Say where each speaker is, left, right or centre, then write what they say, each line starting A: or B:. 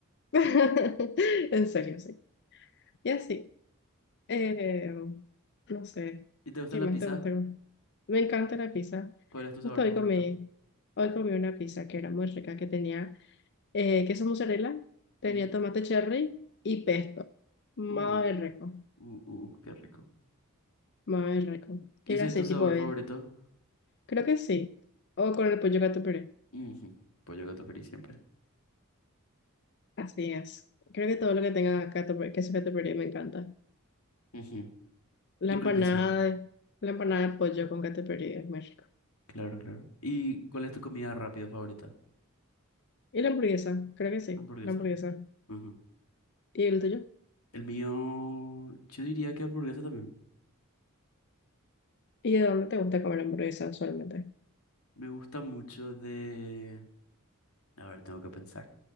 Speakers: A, on the left; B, on the left.
A: <laughs> En serio, sí. Y así. Eh, no sé,
B: ¿Y te gusta
A: ¿qué
B: la
A: más
B: pizza?
A: te gusta? comer? Me encanta la pizza.
B: ¿Cuál es tu sabor
A: Justo
B: favorito?
A: hoy comí, hoy comí una pizza que era muy rica, que tenía eh, queso mozzarella, tenía
B: Mm,
A: tomate cherry y pesto. Muy
B: Uh,
A: rico,
B: uh, uh, qué rico.
A: muy rico.
B: ¿Y
A: Era
B: ese
A: así,
B: es tu sabor
A: tipo de,
B: favorito?
A: creo que sí, o con el pollo gato puré.
B: Ujú, Pollo gato feliz siempre.
A: Así es. Creo que todo lo que tenga gato, puré- queso gato puré me encanta.
B: Ujú,
A: La
B: Yo
A: empanada
B: creo que sí.
A: de, la empanada de pollo con gato puré es muy rico.
B: Claro, claro. ¿Y cuál es tu comida rápida favorita?
A: Y la hamburguesa, creo que sí,
B: Hamburguesa.
A: la hamburguesa.
B: Ujú.
A: ¿Y el tuyo?
B: El mío, yo diría que hamburguesa también.
A: ¿Y de dónde te gusta comer hamburguesa usualmente?
B: Me gusta mucho de... A ver, tengo que pensar.